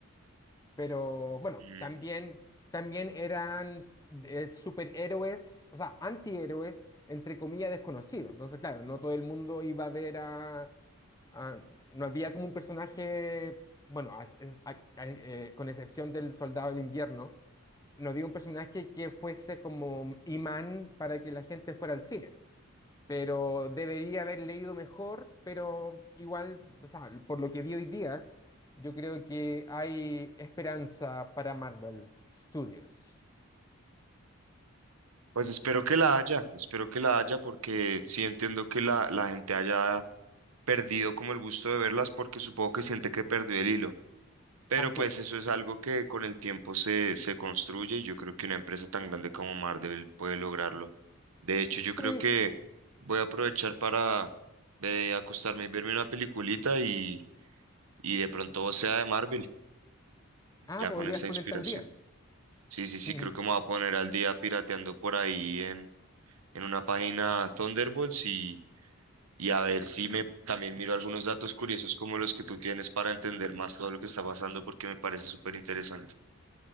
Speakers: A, on the left; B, on the right.
A: Pero bueno,
B: Mm,
A: también, también eran eh, superhéroes, o sea, antihéroes, entre comillas, desconocidos. Entonces, claro, no todo el mundo iba a ver a... a- no había como un personaje, bueno, a- es- a- a- eh, con excepción del Soldado del Invierno, no había un personaje que fuese como imán para que la gente fuera al cine pero debería haber leído mejor, pero igual, o sea, por lo que vi hoy día, yo creo que hay esperanza para Marvel Studios.
B: Pues espero que la haya, espero que la haya porque sí entiendo que la, la gente haya perdido como el gusto de verlas porque supongo que siente que perdió el hilo. Pero
A: Así
B: pues
A: es.
B: eso es algo que con el tiempo se, se construye y yo creo que una empresa tan grande como Marvel puede lograrlo. De hecho, yo creo
A: Sí.
B: que voy a aprovechar para eh, acostarme y verme una peliculita y, y de pronto sea de Marvel,
A: Ah,
B: ya
A: podrías
B: con esa
A: ponerte
B: inspiración.
A: al día. <laughs>
B: Sí, sí, sí,
A: Mm,
B: creo que me voy a poner al día pirateando por ahí en, en una página Thunderbolts y, y a ver si me también miro algunos datos curiosos como los que tú tienes para entender más todo lo que está pasando porque me parece súper interesante.